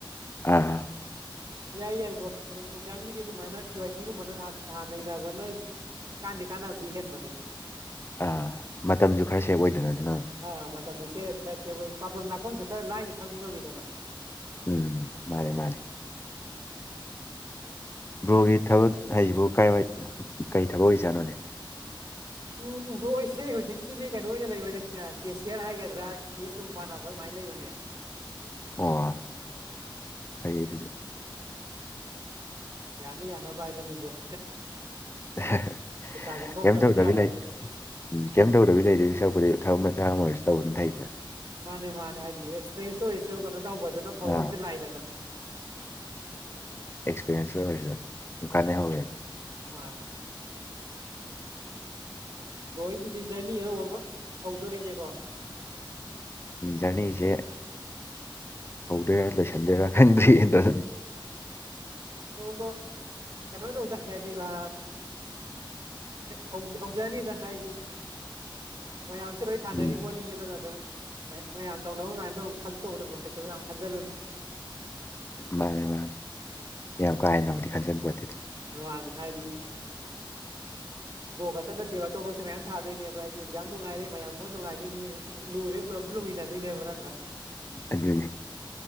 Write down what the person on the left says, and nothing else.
ꯑꯝ
ꯑꯥ ꯃꯇꯝꯁꯨ ꯈꯔ ꯁꯦꯞ ꯑꯣꯏꯗꯅ ꯑꯗꯨꯅ ꯑꯃꯨꯛ
ꯎꯝ ꯃꯥꯟꯅꯦ ꯃꯥꯟꯅꯦ ꯕ꯭ꯔꯣꯒꯤ ꯊꯕꯛ ꯍꯥꯏꯁꯤꯕꯨ ꯀꯥꯏ ꯋꯥꯏ ꯀꯩ ꯊꯕꯛ ꯑꯣꯏꯖꯥꯠꯅꯣꯅꯦ
ꯑꯣ ꯐꯩꯌꯦ ꯑꯗꯨꯁꯨ
<unintelligible>
ꯀꯩꯝ ꯇꯧꯗꯕꯤ
ꯂꯩ ꯎ ꯀꯩꯝ ꯇꯧꯗꯕꯤ ꯂꯩꯗꯨꯏ ꯁꯔꯨꯛꯄꯨꯗꯤ ꯊꯕꯛ ꯃꯆꯥꯡ ꯑꯃ ꯑꯣꯏꯔꯁꯨ ꯇꯧꯕꯗꯨꯅ ꯐꯩ
ꯑꯥ
ꯑꯦꯛꯁꯄꯤꯔꯦꯟꯁ ꯑꯣꯏꯔꯁꯨ ꯗꯨꯝ ꯀꯥꯟꯅ ꯍꯧꯋꯦ
ꯖꯔꯅꯤꯁꯦ ꯍꯧꯗꯣꯏꯔꯥ ꯂꯣꯏꯁꯟꯗꯣꯏꯔꯥ ꯈꯪꯗꯦ ꯑꯗꯨ
ꯎꯝ
ꯃꯥꯅꯦ ꯃꯥꯅꯦ ꯌꯥꯝ ꯀꯥ ꯍꯦꯟꯅꯕꯨꯗꯤ ꯈꯟꯖꯤꯟ ꯄꯣꯠꯇꯦꯗ
ꯑꯗꯨ